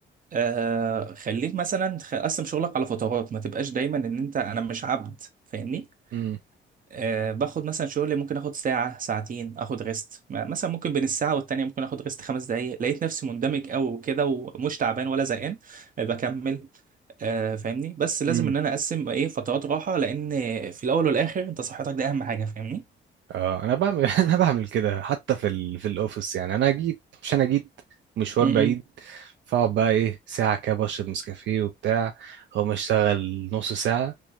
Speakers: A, on the right; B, on the right.
A: آه خليك مثلا خ- قسم شغلك على فترات ما تبقاش دايما ان انت انا مش عبد فاهمني
B: امم،
A: أه باخد مثلا شغل ممكن اخد ساعة ساعتين اخد ريست مثلا ممكن بين الساعة والتانية ممكن اخد ريست خمس دقايق لقيت نفسي مندمج قوي وكده ومش تعبان ولا زهقان آه، بكمل أه فاهمني بس لازم
B: امم.
A: ان انا اقسم ايه فترات راحة لان في الاول والاخر انت صحتك دي اهم حاجة فاهمني
B: اه انا بعمل <laughs> انا بعمل كده حتى في ال... في الاوفيس يعني انا جيت مش انا جيت مشوار
A: امم
B: بعيد فاقعد بقى ايه ساعه كده بشرب نسكافيه وبتاع اقوم اشتغل نص ساعه